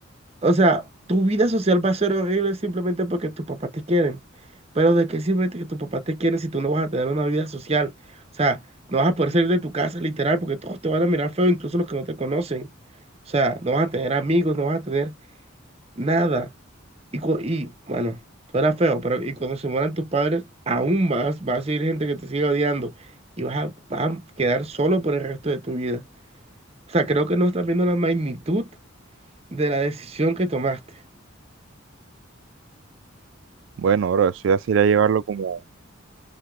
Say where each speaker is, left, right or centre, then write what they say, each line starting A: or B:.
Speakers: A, on the right; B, on the right.
A: O sea, tu vida social va a ser horrible simplemente porque tus papás te quieren. Pero ¿de qué sirve que tus papás te quieren si tú no vas a tener una vida social? O sea, no vas a poder salir de tu casa literal porque todos te van a mirar feo, incluso los que no te conocen. O sea, no vas a tener amigos, no vas a tener nada. Y, cu- y bueno, suena feo, pero y cuando se mueran tus padres, aún más va a seguir gente que te siga odiando y vas a, vas a quedar solo por el resto de tu vida. O sea, creo que no estás viendo la magnitud de la decisión que tomaste.
B: Bueno, bro, eso ya sería llevarlo como